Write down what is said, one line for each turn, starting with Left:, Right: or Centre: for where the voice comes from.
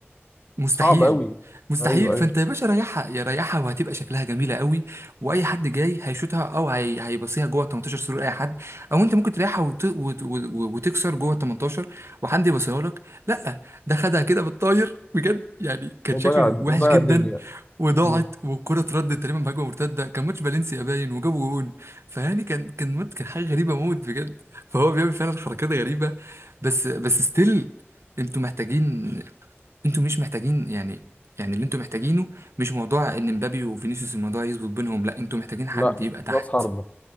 Right: مستحيل
Left: صعب قوي
Right: مستحيل
Left: ايوه
Right: فانت
Left: ايوه
Right: يا باشا ريحها يا ريحها وهتبقى شكلها جميله قوي واي حد جاي هيشوطها او هي... هيبصيها جوه ال 18 سرور اي حد او انت ممكن تريحها وت... وت... وت... وتكسر جوه ال 18 وحد يبصيها لك لا ده خدها كده بالطاير بجد يعني كان
Left: وضيع
Right: شكله وحش
Left: وضيع
Right: جدا
Left: الدنيا
Right: وضاعت
Left: مم.
Right: والكره اتردت تقريبا بهجمه مرتده كان ماتش فالنسيا باين وجابوا جون فيعني كان كان مات- كان حاجه غريبه موت بجد فهو بيعمل فعلا حركات غريبه بس بس ستيل انتوا محتاجين انتوا مش محتاجين يعني يعني اللي انتوا محتاجينه مش موضوع ان مبابي وفينيسيوس الموضوع يظبط بينهم لا انتوا محتاجين حد
Left: لا
Right: يبقى تحت
Left: راس حربة